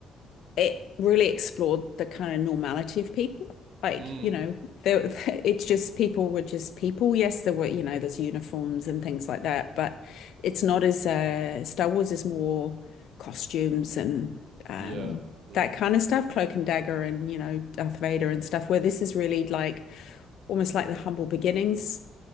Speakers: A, on the left; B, on the right.
A: it really explored the kind of normality of people. Like,
B: Mm,
A: you know, there, <laughs> it's just people were just people. Yes, there were, you know, there's uniforms and things like that, but it's not as uh, Star Wars is more costumes and um,
B: yeah, yeah,
A: that kind of stuff, cloak and dagger and, you know, Darth Vader and stuff, where this is really like almost like the humble beginnings